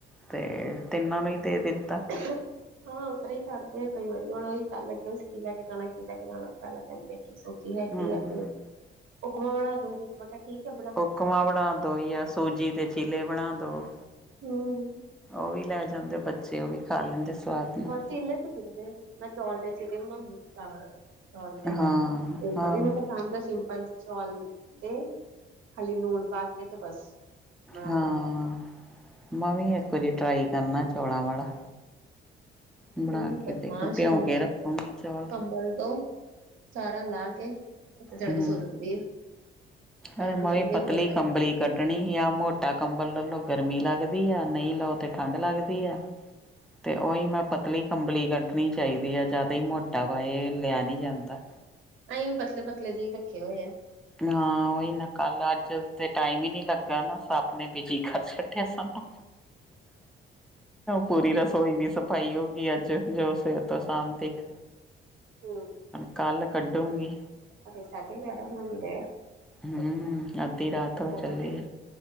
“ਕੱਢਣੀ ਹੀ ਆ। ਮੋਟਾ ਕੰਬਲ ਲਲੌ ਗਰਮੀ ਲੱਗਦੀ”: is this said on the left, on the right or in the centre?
Centre